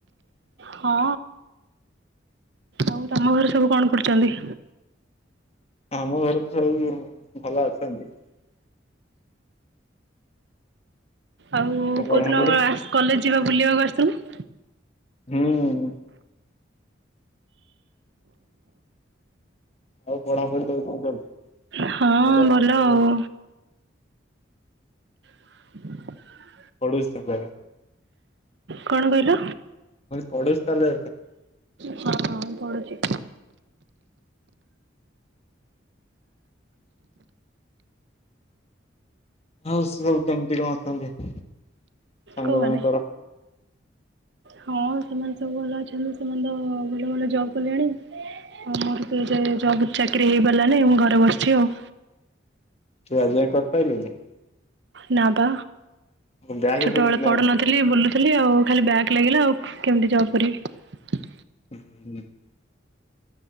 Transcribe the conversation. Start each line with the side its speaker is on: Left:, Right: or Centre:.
Right: ହଁ! ଆଉ ତମ ଘରେ ସବୁ କଣ କରୁଛନ୍ତି?
Left: ଆମ ଘରକୁ ସବୁ ଭଲ ଅଛନ୍ତି।
Right: ଆଉ
Left: ତ ପଢାପଢି
Right: କୋଉ ଦିନ କଲେଜ ଯିବା ବୁଲିବାକୁ ଆସିଥିଲ ନା
Left: ହୁଁ! ଆଉ ପଢାପଢି କେମିତି କଣ ଚାଲିଛି?
Right: ହଁ
Left: ନା ଜବ୍
Right: ଭଲ
Left: ଫବ୍ କଲୁଣି?
Right: ଆଉ! <unintelligible>
Left: ପଢୁଛି ତ
Right: କଣ କହିଲ?
Left: ପଢୁଛୁ ତାହେଲେ
Right: ହଁ ପଢୁଛି।
Left: ହଉ ସେ ସବୁ କେମିତି କଣ ଅଛନ୍ତି? ସାଙ୍ଗମାନେ
Right: କଉ ମାନେ?
Left: ତୋର?
Right: ହଁ ସେ- ସବୁ ଭଲ ଅଛନ୍ତି ସେମାନେ ତ ଭଲ ଭଲ ଜବ୍ କଲେଣି ଆଉ ମୋର- ଯେ ଜବ ଚାକିରି ହେଇପାରିଲାନି ମୁଁ ଘରେ ବସିଛି ଆଉ।
Left: ତୁ ଆଜି ଯାଏଁ କରି ପାଇଲୁନି।
Right: ନା ବା
Left: ବ୍ୟାକ୍
Right: ଛୋଟବେଳେ
Left: କରୁଛୁ ନା
Right: ପଢୁନଥିଲି
Left: କଣ?
Right: ବୁଲୁଥିଲି ଆଉ ଖାଲି ବ୍ୟାକ ଲାଗିଲା ଆଉ। କେମିତି ଜବ୍ କରିବି?
Left: <inaudible>